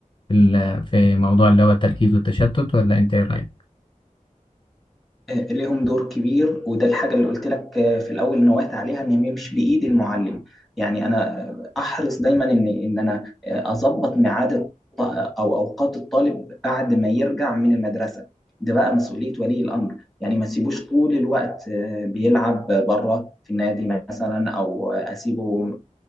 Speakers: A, on the left; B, in the centre.
A: في ال- في موضوع اللي هو التركيز والتشتت ولا أنت إيه رأيك؟
B: آه، ليهم دور كبير وده الحاجة اللي قلت لك آه، في الأول نوهت عليها إن ما يمشي بإيد المعلم يعني أنا آه، أحرص دايما إن إن أنا آه، أظبط ميعاد الط- أو أوقات الطالب بعد ما يرجع من المدرسة ده بقى مسؤولية ولي الأمر يعني ما تسيبوش طول الوقت آه، بيلعب بره في النادي مثلا أو آه، أسيبه